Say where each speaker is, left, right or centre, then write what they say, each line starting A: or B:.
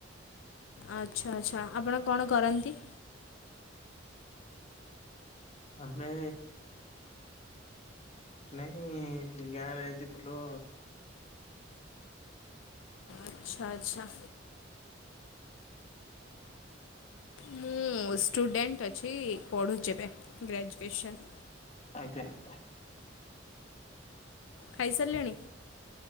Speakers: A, on the left; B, on the left.
A: ଆଚ୍ଛା ଆଚ୍ଛା ଆପଣ କଣ କରନ୍ତି?
B: ଆମେ ନାଇଁ ଗାଁରେ ଏମିତି ବୁଲୁ।
A: ଆଚ୍ଛା ଆଚ୍ଛା। ମୁଁ ଷ୍ଟୁଡେଣ୍ଟ ଅଛି ପଢୁଛି ଏବେ ଗ୍ରାଜୁଏସନ୍।
B: <unintelligible>
A: ଖାଇ ସାରିଲେଣି?